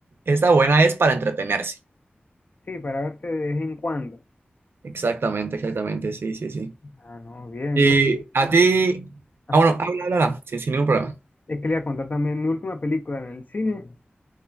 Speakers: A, on the right (about 85°); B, on the left (about 45°).
A: Está buena, es para entretenerse.
B: Sí, para verse de vez en cuando.
A: Exactamente, exactamente, sí, sí, sí.
B: Ah, no, bien,
A: Y
B: yo sí.
A: a ti,
B: Ajá.
A: ah, bueno, habla, habla, habla, sí, sin ningún problema.
B: Es que le iba a contar también mi última película en el cine.